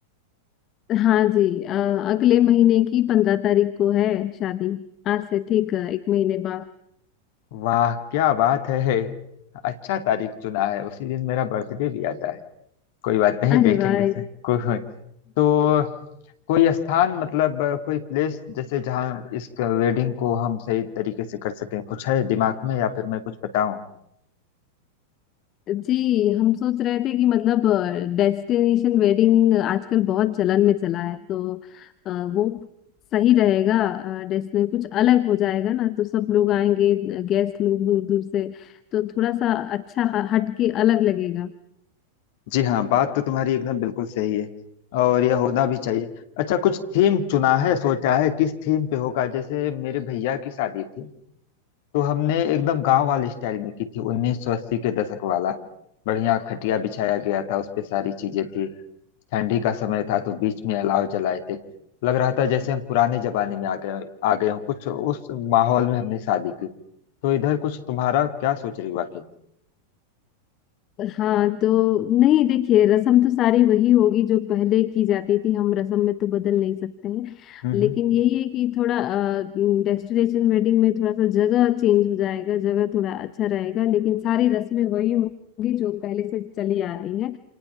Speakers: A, on the left; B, on the left.
A: हाँ जी अ, अगले महीने की पंद्रह तारीख को है शादी आज से ठीक है एक महीने बाद
B: वाह क्या बात है अच्छा तारीख चुना है उसी दिन मेरा बर्थडे भी आता है कोई बात नहीं
A: अरे
B: देखेंगे
A: वाह
B: से कोई तो कोई स्थान मतलब अ, कोई प्लेस जैसे जहाँ इस वेडिंग को हम सही तरीके से कर सकें कुछ है दिमाग में या फिर मैं कुछ बताऊं
A: जी हम सोच रहे थे कि मतलब डेस्टिनेशन वेडिंग आजकल बहुत चलन में चला है तो अ, वो सही रहेगा डेस्टिनेशन कुछ अलग हो जाएगा ना तो सब लोग आएंगे गेस्ट लोग दूर दूर से तो थोड़ा सा अच्छा ह- हट के अलग लगेगा
B: जी हाँ बात तो तुम्हारी एकदम बिल्कुल सही है और यह होना भी चाहिए अच्छा कुछ थीम चुना है सोचा है किस थीम पे होगा जैसे मेरे भैया की शादी थी तो हमने एकदम गांव वाले स्टाइल में की थी 1980 के दशक वाला बढ़िया खटिया बिछाया गया था उस पे सारी चीजें थी ठंडी का समय था तो बीच में अलाव जलाए थे लग रहा था जैसे हम पुराने जमाने में आ गए आ गए हों कुछ उस माहौल में हमने शादी की तो इधर कुछ तुम्हारा क्या सोच रही वाकई
A: हाँ तो नहीं देखिए रसम तो सारी वही होगी जो पहले की जाती थी हम रसम में तो बदल नहीं सकते हैं
B: हम्म
A: लेकिन
B: हम्म।
A: यही है कि थोड़ा डेस्टिनेशन वेडिंग में थोड़ा सा जगह चेंज हो जाएगा जगह थोड़ा अच्छा रहेगा लेकिन सारी रस्में वही होंगी जो पहले से चली आ रही हैं